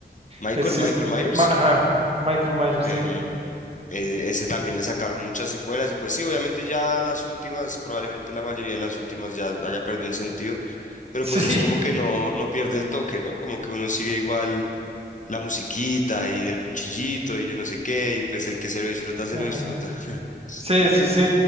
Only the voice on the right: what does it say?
Ese
es,
ma- ajá, Michael Myers,
sí.
Sí,
<laughs>
ajá.
Sí, sí, sí.